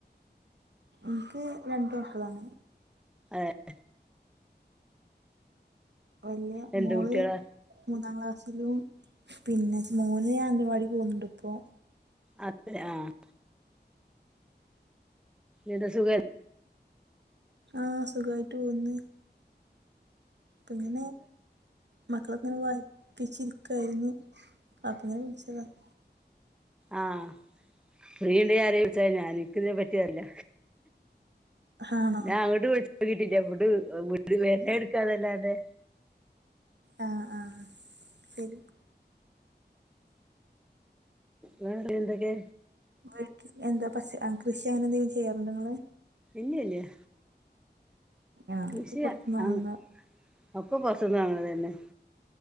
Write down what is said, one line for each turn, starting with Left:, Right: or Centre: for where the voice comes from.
Right: എനിക്ക് രണ്ടു മക്കങ്ങളാണ്
Centre: ഏഹ്
Right: വല്യയ
Centre: രണ്ട്
Right: മോള്
Centre: കുട്ടികളാ
Right: മു ഒന്നാം ക്ലാസ്സിലും പിന്നെ മോന് അംഗനവാടിയിൽ പോവുന്നുണ്ട് ഇപ്പോ
Centre: അതേ ആഹ് ഇത് സുഖ
Right: ആ സുഖമായിട്ട് പോവുന്ന് ഇപ്പെ ഇങ്ങനെ മക്കളെക്കെ ഇങ്ങനെ വായിപ്പിച്ചിരിക്കായിരുന്നു അ <inaudible>
Centre: ആഹ് ഫ്രീ ഇണ്ടെങ്കി ആരെങ്കിലും വിളിച്ചാൽ മതി എൻക്ക് ഇതേ പറ്റിയറില്ല
Right: ആണോ
Centre: ഞാൻ അങ്ങോട്ട് വിളിച്ചിട്ട് കിട്ടില്ല ഇവിടെ വി <inaudible> എടുക്കേന്നല്ലാതെ
Right: ആഹ ആ തലിക്
Centre: മ് എന്തൊകെ
Right: വീ എന്താ പഷ കൃഷി അങ്ങനെ എന്തെങ്കിലും ചെയ്യാറുണ്ടോ ഇങ്ങള്
Centre: ഇല്ല്യല്ല്യാ
Right: ആ
Centre: കൃഷിയ
Right: ഒക്കെ പുറത്തുനിന്ന് വാങ്ങുന്ന
Centre: ആണ് ഒക്ക പൊർ ത്ത്ന്നാ അതന്നെ